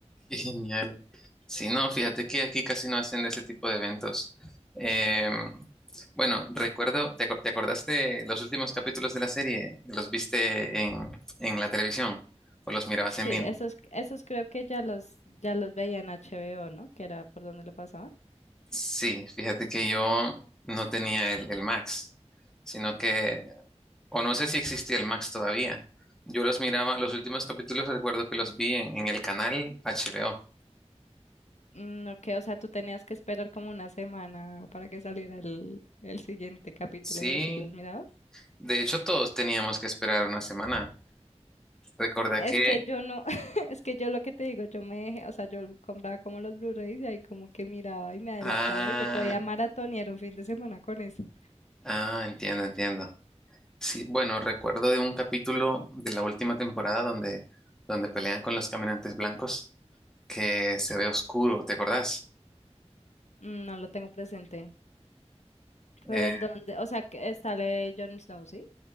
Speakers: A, in the centre; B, on the left.
A: qué genial. Sí, no, fíjate que aquí casi no hacen de ese tipo de eventos. Em, bueno, recuerdo, ¿te, acor- te acordaste los últimos capítulos de la serie? ¿Los viste en, en la televisión o los mirabas
B: Sí,
A: en línea?
B: esos, esos creo que ya los, ya los veía en HBO, ¿no? Que era por donde lo pasaba.
A: Sí, fíjate que yo no tenía el, el Max, sino que O no sé si existía el Max todavía. Yo los miraba, los últimos capítulos recuerdo que los vi en, en el canal HBO.
B: Mm, ok, o sea, tú tenías que esperar como una semana para que saliera el, el siguiente capítulo
A: Sí,
B: y así los mirabas.
A: de hecho todos teníamos que esperar una semana. Recordé
B: Es
A: que...
B: que yo no, <laughs> es que yo lo que te digo, yo me dejé, o sea, yo compraba como los Blu-rays y ahí como que miraba y me adelantaba
A: Ah,
B: y yo podía maratonear un fin de semana con eso.
A: ah, entiendo, entiendo. Sí, bueno, recuerdo de un capítulo de la última temporada donde, donde pelean con los caminantes blancos que se ve oscuro, ¿te acordás?
B: Mm, No lo tengo presente.
A: Eh,
B: Pero en dónde, o sea, que está la de Jon Snow, ¿sí?